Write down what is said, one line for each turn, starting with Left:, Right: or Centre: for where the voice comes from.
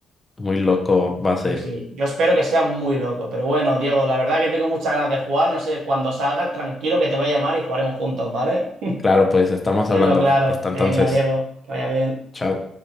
Left: muy loco va a ser.
Right: Sí, sí, yo espero que sea muy loco, pero bueno, Diego, la verdad que tengo muchas ganas de jugar, no sé, cuando salga, tranquilo que te voy a llamar y jugaremos juntos, ¿vale? <laughs>
Left: Claro, pues estamos
Right: Tenlo
Left: hablando.
Right: claro.
Left: Está
Right: Venga,
Left: entonces.
Right: Diego, que vaya bien.
Left: Chao.